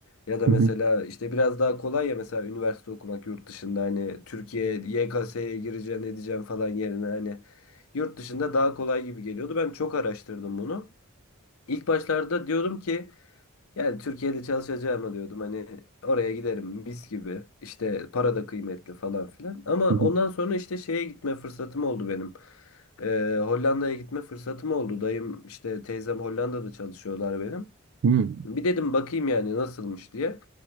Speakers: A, on the left; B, on the right.
A: Ya da
B: hı
A: mesela
B: hı,
A: işte biraz daha kolay ya mesela üniversite okumak yurt dışında hani Türkiye YKS'ye gireceğin edeceğin falan yerine hani yurt dışında daha kolay gibi geliyordu. Ben çok araştırdım bunu. İlk başlarda diyordum ki yani Türkiye'de çalışacağıma diyordum hani oraya giderim mis gibi işte para da kıymetli falan filan. Ama
B: hı hı,
A: ondan sonra işte şeye gitme fırsatım oldu benim. Ee, Hollanda'ya gitme fırsatım oldu. Dayım işte teyzem Hollanda'da çalışıyorlar benim.
B: hı hı,
A: Bir dedim bakayım yani nasılmış diye.